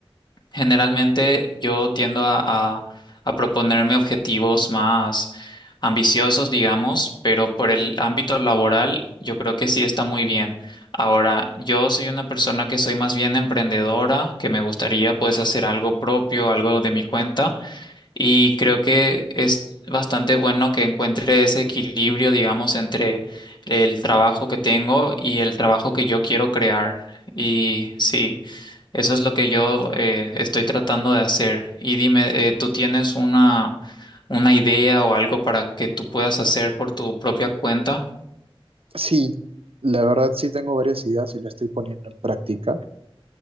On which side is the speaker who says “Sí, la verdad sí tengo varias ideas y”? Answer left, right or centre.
Right